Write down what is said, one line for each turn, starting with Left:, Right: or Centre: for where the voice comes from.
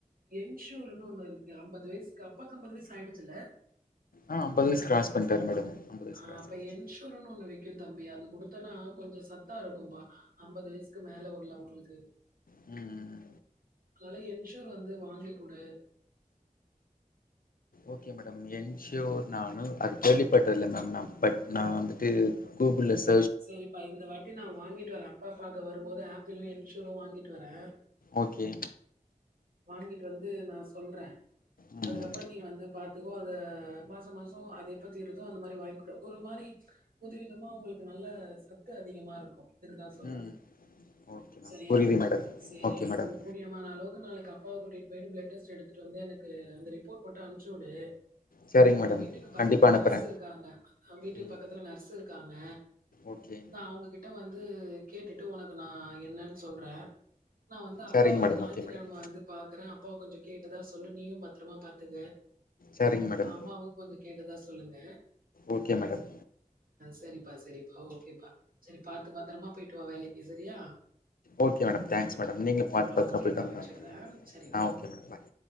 Right: என்ஷூர்ன்னு ஒண்ணு இருக்கு அம்பது வயசுக் அப்பாக்கு அம்பது வயசு ஆயிடுச்சல
Left: ஆ அம்பது வயசு கிராஸ் பண்ட்டாரு மேடம் ஐம்பது வயசு
Right: ஆ
Left: கிராஸ்
Right: அப்ப
Left: ஆயிடுச்சு
Right: என்ஷூர்ன்னு ஒண்ணு வெக் கும் தம்பி அது குடுத்தனா கொஞ்ச சத்தா இருக்கும்பா அம்பது வயசுக்கு மேல உள்ளவங்களுக்கு
Left: ம்
Right: அதால என்ஷூர் வந்து வாங்கி குடு
Left: ஓகே மேடம் என்ஷூர் நானு அது கேள்விப்பட்டது இல்ல மேம் நா பட் நா வந்துட்டு கூகுள்ள ஸ்
Right: சரிப்பா இந்த வாட்டி நா வாங்கிட்டு வரே அப்பாவ பாக்க வரும்போது ஆப் பிளு என்ஷூரு வாங்கிட்டு வரே
Left: ஓகே
Right: வாங்கிட்டு வந்து நா சொல்றே
Left: ம்
Right: அதுக்கப்புறம் நீ வந்து பா எதுக்கோ அத மாச மாசம் அது எப்போ தீருதோ அந்த மாரி வாங்கிக்குடும் ஒரு மாரி புது விதமா உங்களுக் நல்ல சத்து அதிகமா இருக்கும் அதுக்குதா சொல்ற
Left: ம் ஓகே மேம்
Right: சரியா
Left: புரியுது மேடம்
Right: சேரி
Left: ஓகே
Right: நீ
Left: மேடம்
Right: உ கூடியமான அளவுக் நாளைக் அப் அப்பா கூட்டிகிட்டு போயிட்டு பிலெட் டெஸ்டு எடுத்துட்டு வந்து எனக்கு அந்த ரிப்போட் ஃபோட்டா அனுப்சுடு
Left: சரிங்க
Right: நம்ம
Left: மேடம்
Right: வீட்டுக்கு பக்கத்துல
Left: கண்டிப்பா அனுப்புறே
Right: நர்ஸ்ஸு இருக்காங்க வீட்டுக்
Left: ம்
Right: பக்கத்துல நர்ஸ்ஸு இருக்காங்க
Left: ஓகே
Right: நா அவங்ககிட்ட வந்து கேட்டுட்டு உனக்கு நா என்னன் சொல்ற நா வந்து அப்பா
Left: சரிங்க
Right: வந்து
Left: மேடம்
Right: ஞாயித்துக்கெழம
Left: ஓகே மேடம்
Right: வந்து அப்பா கொஞ்சோ கேட்டுதா சொல்லு நீயும் பத்ரமா பாத்துக்க
Left: சரிங்க மேடம்
Right: அம்மாவு கொஞ்சோ கேட்டுதா சொல்லுங்க
Left: ஓகே மேடம்
Right: செரிப்பா செரிப்பா ஓகேப்பா செரி பாத்து பத்தரமா போயிட்டு வா வேலைக்கு செரியா
Left: ஓகே மேடம் தேங்க்ஸ் மேடம் நீங்க பாத்து பத்தரமா
Right: ஓகேப்பா
Left: போயிட்டு வாங்க
Right: வச்சுடுறேன். சரிப்பா.
Left: ஆ ஓகே மேடம் பாய்